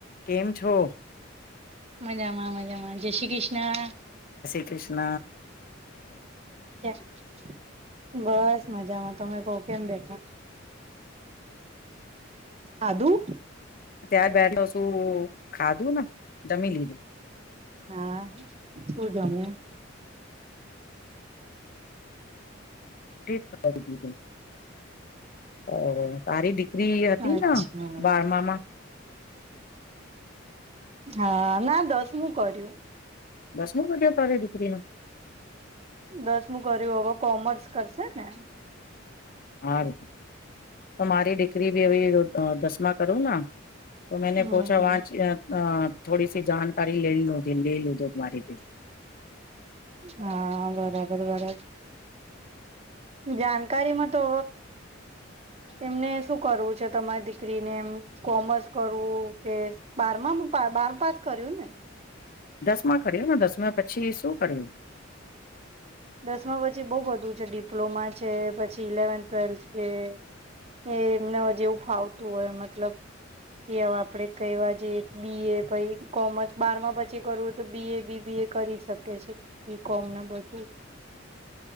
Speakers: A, on the left (about 45°); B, on the right (about 30°).
A: કેમ છો
B: મજામાં-મજામાં જેશી કશ હા
A: ક્રિષ્ન
B: <inaudible> બસ મજામાં તમે કો કેમ બેઠા. ખાધું
A: ત્યાર બેઠલો શું ખાધું ને જમી લીધું.
B: હા શું જમ્યું
A: <unintelligible> <inaudible> <inaudible> સારી દી ફ્રી હતી
B: અચ્છા
A: ને બારમામાં
B: હા ના દસમું કર્યું.
A: દસમો કર્યુ તારી દીકરીન
B: દસમું કર્યું હવે કોમર્સ કરશે ને
A: હા ર તો મારી દીકરી ભી હ દસમા કરું ન. તો મેને
B: હમ
A: પૂછા
B: હમ.
A: વાચ <unintelligible> થોડી સી જાણકારી લે લ લે લુંધ તમારે
B: હા બરાબર-બરાબર જાણકારીમાં તો એમને શું કરવું છે તમારી દીકરીને એમ કોમર્સ કરવું કે બારમાં બાર પાસ કર્યું ને
A: દસમા કર્યું ને દસમા પછી શું કર્યું
B: દસમા પછી બહુ બધું છે ડિપ્લોમા છે પછી ઇલેવન્થ ટ્વેલ્થ છે એ એમને જેવું ફાવતું હોય મતલબ કે હ આપણેે કવા જે બી એ પછ કોમર્સ બારમા પછી કરવું હોય તો બી એ બીબી એ કરી શકે છે બી કોમને બધું